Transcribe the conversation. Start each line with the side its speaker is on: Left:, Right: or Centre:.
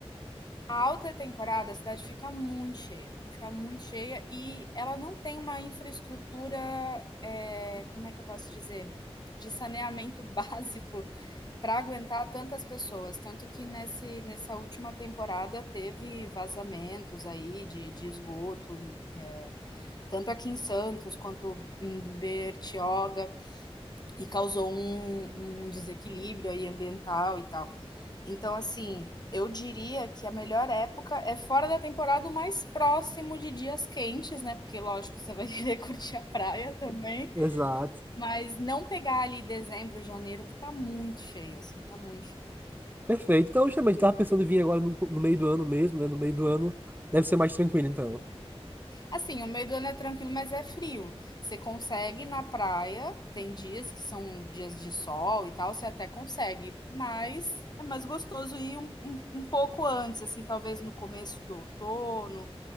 Left: a alta temporada a cidade fica muito cheia. Fica muito cheia e ela não tem uma infraestrutura, é, como é que eu posso dizer? De saneamento <laughs> básico para aguentar tantas pessoas. Tanto que nesse, nessa última temporada teve vazamentos aí de, de esgoto, é, tanto aqui em Santos quanto em Bertioga, e causou um, um desequilíbrio aí ambiental e tal. Então, assim. Eu diria que a melhor época é fora da temporada, o mais próximo de dias quentes, né? Porque, lógico, você vai <laughs> querer curtir a praia também.
Right: Exato.
Left: Mas não pegar ali dezembro, janeiro, que tá muito cheio, assim, tá muito cheio.
Right: Perfeito. Então, justamente, tava pensando em vir agora no, no meio do ano mesmo, né? No meio do ano deve ser mais tranquilo, então.
Left: Assim, o meio do ano é tranquilo, mas é frio. Você consegue ir na praia, tem dias que são dias de sol e tal, você até consegue, mas é mais gostoso ir um, um- um pouco antes, assim, talvez no começo do outono,